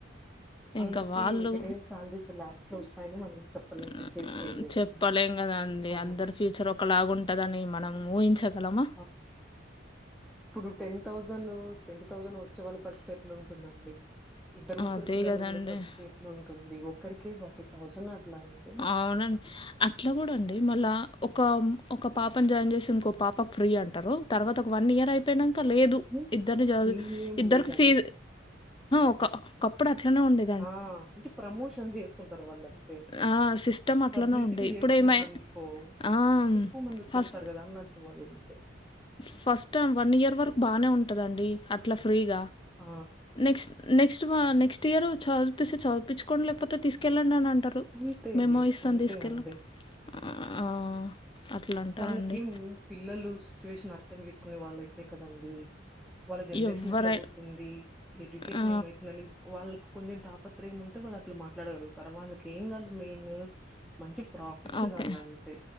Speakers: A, on the left (about 25°); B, in the centre.
A: ఇంకా
B: అందరికి
A: వాళ్ళు
B: ఒకటే సాలరీస్ లాక్స్ లో వస్తాయని మనం చెప్పలేం
A: మ్,
B: డిసైడ్ చేయలేము
A: చెప్పలేం కదాండి
B: ఆ!
A: అందరు ఫ్యూచర్ ఒకలాగ ఉంటదని మనం ఊహించగలమ
B: ఆ! ఇప్పుడు టెన్ థౌజండ్ ట్వంటీ థౌజండ్ వచ్చే వాళ్ళ పరిస్పెర్ట్లో ఉంటుందండి ఇద్దరు ముగ్గురు
A: అదే
B: పిల్లలుండే
A: గదండీ!
B: పరిస్థితి ఎట్లుంటుంది ఒక్కరికే ఫార్టీ థౌసండ్ అట్ల ఉంటే
A: అవున అట్లా కూడా అండి మళ్ళా ఒక ఒక పాపని జాయిన్ చేసి ఇంకో పాపకు ఫ్రీ అంటారు తర్వాత ఒక వన్ ఇయర్ <unintelligible> చెప్పనాక లేదు
B: మీన్స్
A: ఇద్దరిని చదు
B: ఫ్రీ ఏం
A: ఇద్దరు
B: లేదని.
A: <unintelligible> ఫీజ్ ఒక ఒకప్పుడు అట్లనే ఉండే
B: ఆ అంటే ప్రమోషన్స్ చేసుకుంటారు వాళ్ళు అంతే
A: ఆ! సిస్టమ్ అట్లనే
B: పబ్లిసిటీ
A: ఉండే. ఇప్పుడేమై
B: చేసుకున్నారు అనుకో
A: ఆ!
B: ఎక్కువ మంది వచ్చేస్తారు
A: ఫస్ట్
B: కదా అన్ వాళ్ళు అంతే
A: ఫస్ట్ టైం వన్ ఇయర్ వరకు బానే ఉంటదండి అట్లా ఫ్రీగ
B: ఆ
A: నెక్స్ట్ నెక్స్ట్ నెక్స్ట్ ఇయర్ చదివిపిస్తే చదిపించుకోండి లేకపోతే తీసుకెళ్ళండి అని అంటారు
B: అంతే.
A: మేమో ఇస్తాం
B: అంతే
A: తీసుకెళ్ళు
B: అండి.
A: మ్ ఆ అట్లా అంటారండి.
B: వాళ్ళకేం పిల్లలు సిచ్యువేషన్ అర్థం చేసుకునే వాళ్ళయితే కదండి వాళ్ళ జన్రేషన్
A: ఎవ్వరై
B: ఎట్లా పోతుంది ఎడ్యుకేషన్
A: ఆ!
B: ఏమయితుందని వాళ్ళకి కొంచెం తాపత్రయం ఉంటే వాళ్ళు అట్లా మాట్లాడగలగు తర్ వాళ్ళకి ఏం గాళ్ మెయిన్ మంచి ప్రాఫిట్స్
A: ఓకే.
B: కాళ్ల అంతే